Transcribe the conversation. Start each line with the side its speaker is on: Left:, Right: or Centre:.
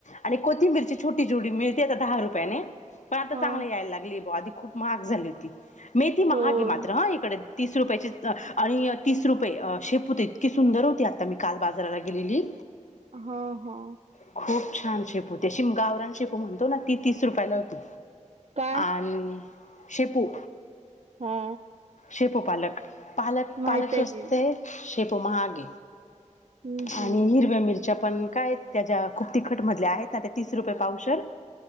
Left: आणि कोथिंबीरची छोटी छोटी मिळते आता दहा रुपयाने पण आता
Right: हा
Left: चांगले व्हायला लागले बा आधी खूप महाग झाली होती मेथी ती महाग
Right: होय
Left: आहे मात्र हा इकडे तीस रुपयाची आणि तीस रुपये शेपू होते इतकी सुंदर होती आता मी काल बाजाराला गेलेली
Right: हा हा
Left: खूप छान शेपू त्या गावरान शेपू म्हणतो ना ती तीस रुपयाला होती
Right: काय
Left: आणि शेपू
Right: हा
Left: शेपू पालक पालक
Right: माहित
Left: पालक
Right: आहे
Left: असते
Right: की
Left: शेपू महाग
Right: हम्म
Left: आणि
Right: हम्म
Left: हिरव्या मिरच्या पण काय त्याच्या खूप तिखट मधल्या आहेत तिस रुपये पाव पण